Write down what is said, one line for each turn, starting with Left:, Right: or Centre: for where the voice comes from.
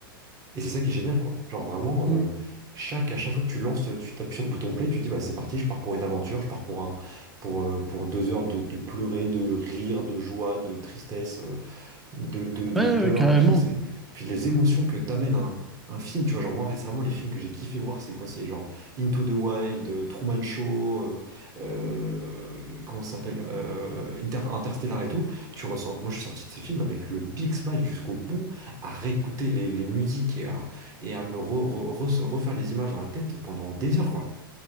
Right: et c'est ça qui est génial, quoi. Genre vraiment,
Centre: Mm.
Right: euh, chaque, à chaque fois que tu lances, tu tapes sur le bouton play, tu te dis, bah, c'est parti, je pars pour une aventure, je pars pour un, pour, euh, pour deux heures de, de pleurer, de rire, de joie, de tristesse. euh, de, de, de
Centre: Ouais,
Right: peur
Centre: ouais, carrément.
Right: et tout. Et c'est et puis les émotions que t'amène un, un film, tu vois, genre moi récemment, les films que j'ai kiffé voir, c'est quoi? C'est genre Into the Wild, euh, Truman Show, euh, euh, comment ça s'appelle? Euh, Inter- Interstellar et tout. Tu ressors... Moi, je suis sorti de ces films avec le big smile jusqu'au bout, à réécouter les, les musiques et à, et à me re- re- re- refaire les images dans la tête pendant des heures, quoi.